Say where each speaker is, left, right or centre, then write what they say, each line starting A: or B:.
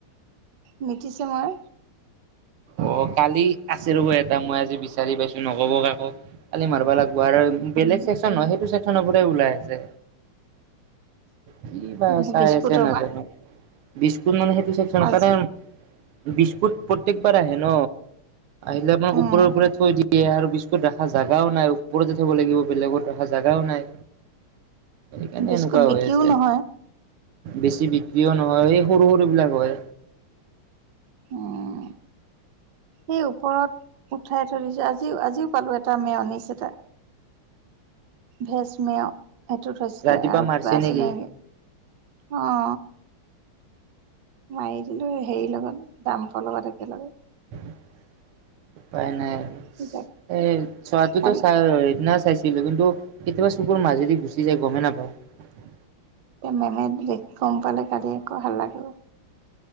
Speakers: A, on the right (about 65°); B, on the right (about 80°).
A: মিতিছে মই
B: অ কালি আছে ৰ'ব এটা মই আজি বিচাৰি পাইছো নগব আাকৌ কালি মাৰিবা লাগিব
A: উম
B: বেলেগ চেক্চন ন সেইটো চেকশ্যনৰ পৰা ওলাই আছে কি বা চাই
A: বিস্কুটৰ
B: আছে নাজানো
A: পৰা
B: বি ত মানে সেইটো চেক
A: আজি
B: কাৰণ বিস্কুট প্ৰত্যেকবাৰ আহে ন এলে মান
A: উম
B: উপৰৰ পৰা থৈ দিয় স আৰু বিস্কুত ৰাখা জাগাও নাই ওপৰতে থব লাগিব বেলেগত ৰাখা জাগাও নাই এই কেনে
A: বিস্কুট
B: এনেকুৱা
A: বিক্ৰীও
B: হৈ আছে
A: নহয়
B: বেছি বিক্ৰীও নহয় এই সৰু সৰু বিলাক হয়
A: উম সেই ওপৰত উঠাই থই দিছো আজি আজিও পালো এটা মাইয়নিছেছে এটা ভেজমেয় সেইটোত থৈছিলে
B: ৰাতিপুৱা
A: আৰু
B: মাৰিছে
A: কিবা আছিলে
B: নেকি
A: নেকি অ মাৰি দিলো হেৰিৰ লগত ডামফৰ লগত একেলগে
B: উপ উপাই নাই আৰু
A: এতিয়া
B: এ চোৱাটোতো
A: কালি
B: চাই সেইদিনা চাইছ কিন্তু কেতিয়াবা চকুৰ মাজেদি গুচি যায় গমেই নাপাও
A: এ মেমে ব গম পালে গালি একো ভাল লাগে